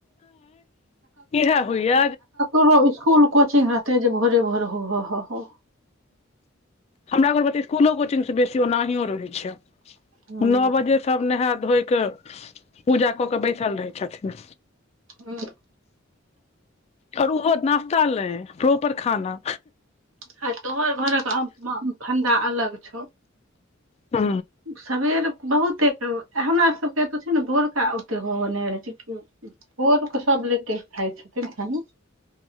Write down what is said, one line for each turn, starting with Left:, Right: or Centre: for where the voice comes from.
Left: इहे होइय
Right: ओहो स्कूल कोचिंग रहते जे भोरे भोरे हो हो हो हो
Left: हमरा घर मे त स्कूलों कोचिंग से बेसी ओनाहियो रहै छै
Right: हँ
Left: नो बजे सभ नहा धोइ के पूजा क के बै बैसल रहै छथिन।
Right: ह
Left: और ओहो नाश्ता ल नय प्रॉपर खाना।
Right: ह तोहर घरक और फंदा अलग छौ
Left: हू
Right: सबेर बहुते के हमरा सभके एतो छै ने भोरका ओते हो हो ने रहै छै। भोर के सभ लेटे खाइ छथिन खाना।